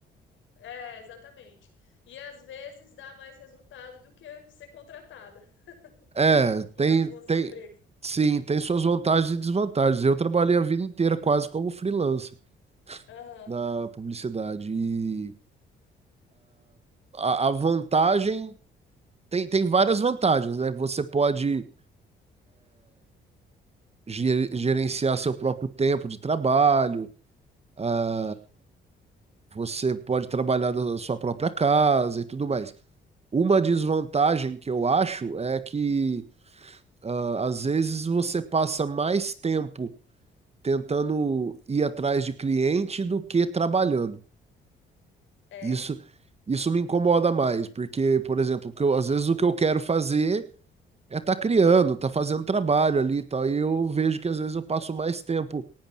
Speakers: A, on the left (about 75°); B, on the right (about 30°).
A: É, exatamente. E às vezes dá mais resultado do que ser contratada
B: É,
A: <laughs> em
B: tem,
A: alguns
B: tem,
A: empregos.
B: sim, tem suas vantagens e desvantagens. Eu trabalhei a vida inteira quase como freelancer
A: Aham.
B: na publicidade e a, a vantagem tem, tem várias vantagens, né? Você pode ge- gerenciar seu próprio tempo de trabalho, ah,
A: Sim.
B: você pode trabalhar da sua própria casa e tudo mais. Uma desvantagem que eu acho é que Ah, às vezes você passa mais tempo tentando ir atrás de cliente do que trabalhando.
A: É,
B: Isso, isso me incomoda mais, porque, por exemplo, o que eu- às vezes o que eu quero fazer é estar criando, tá fazendo trabalho ali e tal, e eu vejo que às vezes eu passo mais tempo